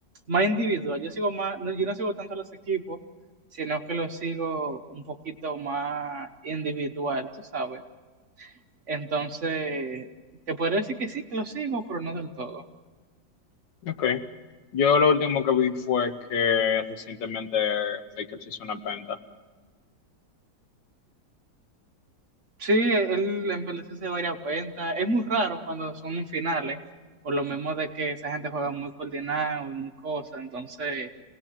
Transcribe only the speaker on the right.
más individual, yo sigo más, no, yo no sigo tanto los equipos, sino que los sigo un poquito más individual, tú sabes. Entonces, te puedo decir que sí, que lo sigo, pero no del todo.
Sí, él envejece varias cuentas. Es muy raro cuando son en finales, por lo mismo de que esa gente juega muy coordinado y muy cosa. Entonces,